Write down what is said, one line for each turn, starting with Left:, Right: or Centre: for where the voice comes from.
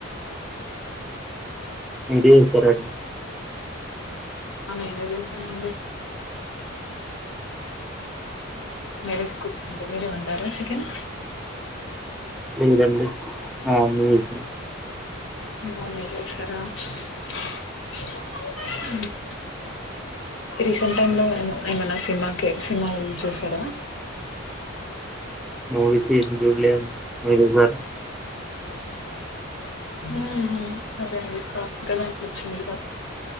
Centre: మిరే చెసరా అండి?
Left: నెనే చేసానండి. మ్యరేజ్ కుక్ అంతే మీరే వండారా చికెన్?
Centre: లేదండి మామ్మి చేసింద్.
Left: మి మమ్మి చెసారా? <unintelligible> రీసెంట్ టైమ్ లో ఏమ ఏమన్న సినిమాకి సినిమా వెళ్లి చూసారా?
Centre: మూవీస్ ఎం జూడ్లే మీరు చూసారా?
Left: మ్ హ్మ్ అదే అండి <inaudible> వచ్చింది